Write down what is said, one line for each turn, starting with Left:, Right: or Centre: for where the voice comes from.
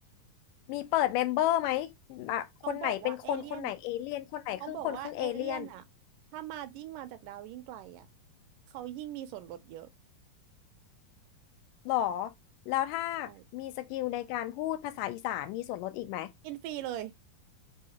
Left: มีเปิดเมมเบอร์ไหมอ่ะคนไหนเป็นคนคนไหนเอเลี่ยนคนไหนครึ่งคนครึ่งเอเลี่ยน
Right: เขาบอกว่าเอเลี่ยนเขาบอกว่าเอเลี่ยนอะถ้ามายิ่งมาจากดาวยิ่งไกลอะเขายิ่งมีส่วนลดเยอะ
Left: หรอแล้วถ้า
Right: ใช่
Left: มีสกิลในการพูดภาษาอีสานมีส่วนลดอีกไหม
Right: กินฟรีเลย